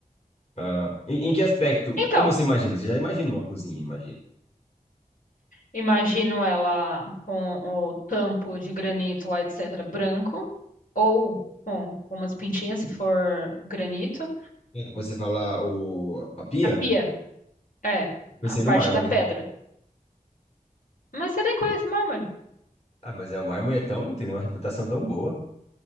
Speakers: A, on the left (about 45°); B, on the left (about 65°).
A: ah, em, em que aspecto?
B: Então,
A: Como você imagina? Você já imagina uma cozinha, imagina.
B: imagino ela com o tampo de granito lá, etc, branco, ou com, com umas pintinhas, se for granito.
A: É. Você falar o, a pia?
B: A pia, é,
A: Eu pensei
B: a parte
A: no mármore.
B: da pedra. Mas você nem conhece mármore.
A: Ah, mas é, o mármore é tão, tem uma reputação tão boa.